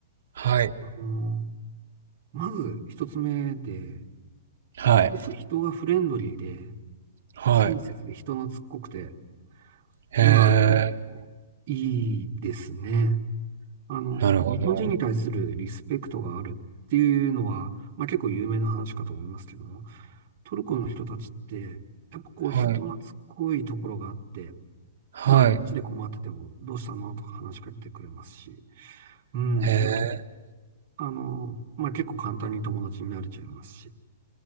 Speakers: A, on the right; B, on the right.
A: はい。
B: あのーまず一つ目で、
A: はい。
B: すごく人がフレンドリーで、
A: はい。
B: 親切で人懐っこくて、
A: へえ、
B: まあ、あのいいですね。あの、
A: なるなるほど。
B: 日本人に対するリスペクトがあるっていうのは、まあ結構有名な話かと思いますけども、トルコの人たちって、やっぱこう人懐っこいところがあって、
A: はい。はい。
B: まあ街で困っててもどうしたのとか話しかけてくれますし、うん。
A: へえ、
B: あの、まあ、結構簡単に友達になれちゃいますし。